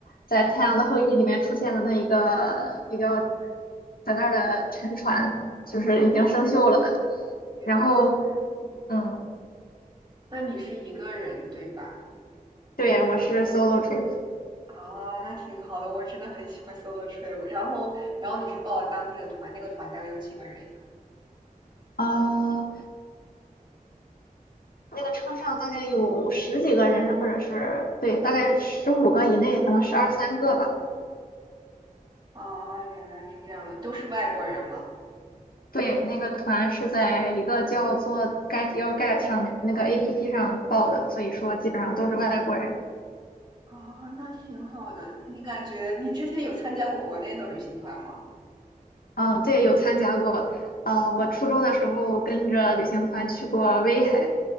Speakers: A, on the left; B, on the right.
A: 在《太阳的后裔》里面出现的那一个比较在那儿的沉船，就是已经生锈了的。
B: 啊，原来是，
A: 然后，
B: 这样。
A: 嗯，
B: 那你是一个人对吧？
A: 对，我是 solo trip，
B: 啊，那挺好的，我真的很喜欢 solo trip。然后，然后你是报了当地的团，那个团大概有几个人呀？
A: 啊，那个车上大概有十几个人，或者是对，大概十五个以内，可能十二三个吧。
B: 啊，原来是这样的，都是外国人吗？
A: 对，那个团是在一个叫做 Get Your g e t 上面那个 APP 上报的，所以说基本上都是外国人。
B: 啊，那挺好的。你感觉你之前有参加过国内的旅行团吗？
A: 嗯，对，有参加过。呃，我初中的时候跟着旅行团去过威海，